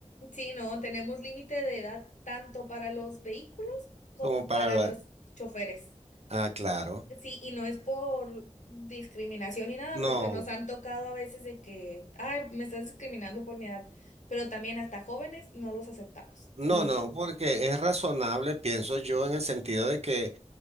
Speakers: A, on the left (about 85°); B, on the right (about 60°).
A: sí, no, tenemos límite de edad tanto para los vehículos como
B: Como para
A: para
B: la...
A: los choferes.
B: Ah, claro.
A: Sí, y no es por discriminación ni nada,
B: No.
A: porque nos han tocado a veces de que, ay, me estás discriminando por mi edad, pero también hasta jóvenes no los aceptamos. Entonces,
B: No, no, porque es razonable, pienso yo, en el sentido de que